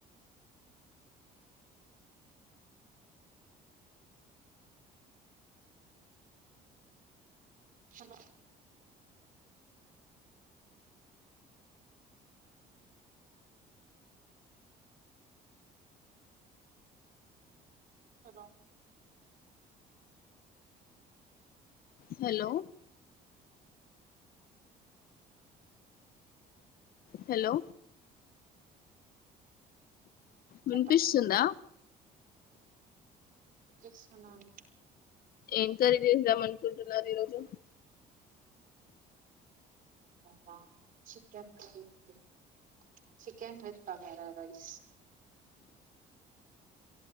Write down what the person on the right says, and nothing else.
hello hello
chapati
చేస్తున్నాను
నేనా చికెన్ కర్రీ అండి చికెన్ విత్ బాగారా రైస్